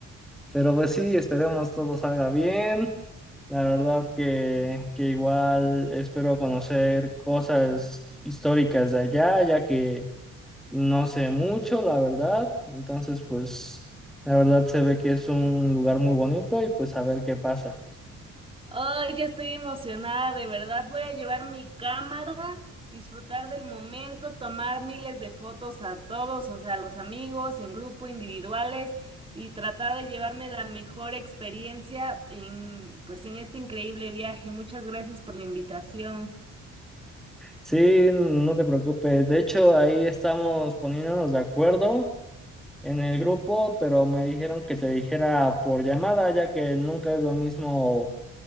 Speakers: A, in the centre; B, on the right.
A: Pero pues sí, esperemos todo salga bien. La verdad que, que igual espero conocer cosas históricas de allá, ya que no sé mucho, la verdad. Entonces, pues, la verdad se ve que es un lugar muy bonito y pues a ver qué pasa.
B: Ay, ya estoy emocionada, de verdad. Voy a llevar mi cámara, disfrutar del momento, tomar miles de fotos a todos, o sea, a los amigos, en grupo, individuales, y tratar de llevarme la mejor experiencia en, pues, en este increíble viaje. Muchas gracias por la invitación.
A: Sí, no te preocupes. De hecho, ahí estamos poniéndonos de acuerdo en el grupo, pero me dijeron que te dijera por llamada, ya que nunca es lo mismo